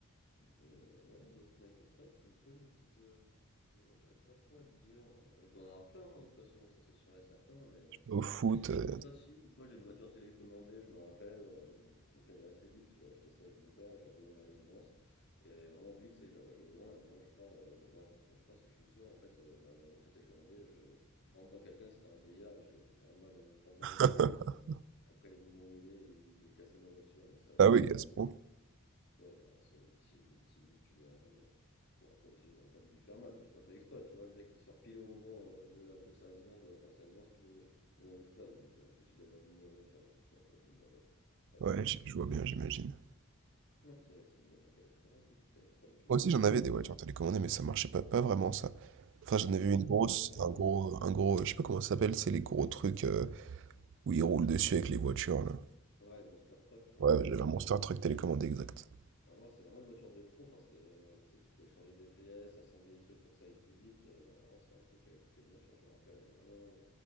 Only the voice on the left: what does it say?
Mais euh, non, là, d'autres anecdotes, c'est vrai que tu me colles une petite. euh, Moi, j'arrive pas trop à te dire. euh, je dois en avoir plein, hein, de toute façon, ça c'est sûr et certain, mais euh,
bah, Comme ça, si, une fois j'ai une voiture télécommandée, je me rappelle, euh, donc est assez vite, j'ai acheté ça avec mon père, j'en faisais dans la résidence, et elle est vraiment vite, c'est, je la voyais au loin, à un moment je crois, euh, je, bah, non c'est pas je crois, c'est que je suis sûr, en fait, euh, bah, la voiture télécommandée, je, je rentre dans quelqu'un, c'était un vieillard, et je lui ai fait grave mal, euh, grave mal
au pied, et après il est venu m'engueuler, et il voulait casser ma voiture, mais ça va,
mon
père il,
Ouais, bah, c'est les petits, les petits vieux que tu déranges. Bon, après aussi, j'aurais pas dû lui faire mal, mais j'ai pas fait exprès, tu vois. Le mec, il sort pile au moment euh, de, la, de sa résidence, de la porte de sa résidence, pile au, au moment où je passe. Donc, euh, en plus, il avait abîmé ma voiture, du coup, c'est un peu abîmé ma voiture. Pas
très content.
En plus, ça- c'était une voiture qui allait très vite, ça allait très vite, je
me
rappelle,
je sais
plus.
Non, moi,
c'est
vraiment une voiture.
euh,
ouais, Monster Truck, je crois,
un truc
comme ça.
Alors, moi, c'est vraiment une voiture de pro, enfin, c'était. euh, tu sais, tu pouvais changer des pièces, assembler des trucs pour que ça aille plus vite. euh, Alors, vraiment, c'était un truc qui coûtait bien cher, je me rappelle, elle est vraiment.